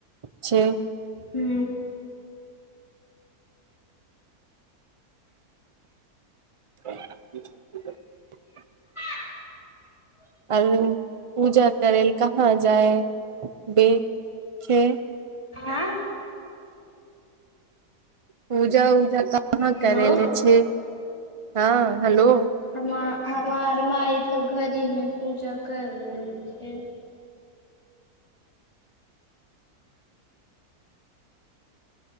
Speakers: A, on the right; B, on the left.
A: छै
B: हू
A: <unintelligible>
B: <unintelligible>
A: आर पूजा करै ल कहाँ जाय बे छै
B: आँ
A: पूजा उजा कहाँ
B: हेलो
A: करले छै हँ हलो
B: हम हमार माय तो घरहि मे पूजा कर लेल छै